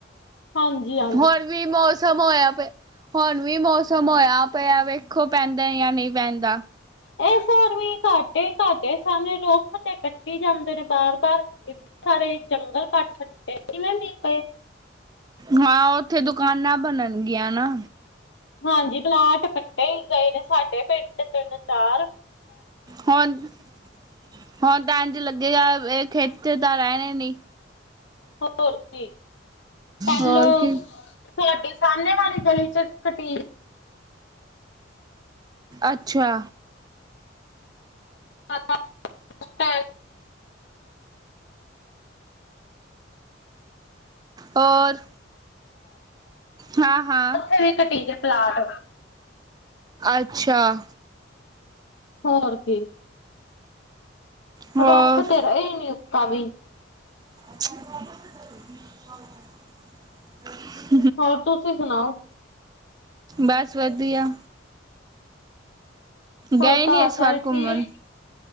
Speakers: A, on the left (about 65°); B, on the right (about 20°).
A: ਹਾਂਜੀ ਹ
B: ਹੁਣ ਵੀ ਮੌਸਮ ਹੋਇਆ ਪ ਹੁਣ ਵੀ ਮੌਸਮ ਹੋਇਆ ਪਿਆ ਵੇਖੋ, ਪੈਂਦਾ ਜਾਂ ਨਹੀਂ ਪੈਂਦਾ।
A: ਇਸ ਵਾਰ ਮੀਂਹ ਘੱਟ ਹੀ ਘੱਟ ਏ ਸਾਮਣੇ ਰੁੱਖ ਤੇ ਕੱਟੀ ਜਾਂਦੇ, ਨੇ ਬਾਰ-ਬਾਰ, ਸਾਰੇ ਜੰਗਲ ਕੱਟ ਛੱਡੇ ਕਿਵੇਂ ਮੀਂਹ ਪਏ।
B: ਹਾਂ ਉੱਥੇ ਦੁਕਾਨਾਂ ਬਣਨਗੀਆਂ ਨਾ,
A: ਹਾਂਜੀ, ਪਲਾਟ ਕੱਟੇ ਹੀ ਗਏ ਨੇ, ਸਾਡੇ ਪਿੰਡ ਤਿੰਨ ਚਾਰ
B: ਹੁਣ-ਹੁਣ ਤਾਂ ਇੰਝ ਲੱਗੇਗਾ, ਇਹ ਖੇਤੇ ਤਾਂ ਰਹਿਣੇ ਨੀ
A: ਹੋਰ ਕੀ ਪਹਿਲੋ।
B: ਹੋਰ ਕੀ
A: ਤੁਹਾਡੇ ਸਾਹਮਣੇ ਵਾਲੀ ਗਲੀ ਚ ਕੱਟੀ
B: ਅੱਛਾ।
A: ਹਾਂ।
B: ਔਰ ਹਾਂ-ਹਾਂ।
A: ਉੱਥੇ ਵੀ ਕਟੀਜ ਪਲਾਟ
B: ਅੱਛਾ।
A: ਹੋਰ ਕੀ,
B: ਹੋਰ
A: ਰੁੱਖ ਤੇ ਰਹੇ ਨੀ ਉੱਕਾ ਵੀ।
B: ਅੱਛਾ,
A: ਹੋਰ ਤੁਸੀਂ ਸੁਣਾਓ?
B: ਬਸ ਵਧੀਆ।
A: ਹੋਰ
B: ਗਏ ਨੀ
A: ਘਰ
B: ਇਸ
A: ਸਾਰੇ
B: ਵਾਰ ਘੁੰਮਣ
A: ਠੀਕ,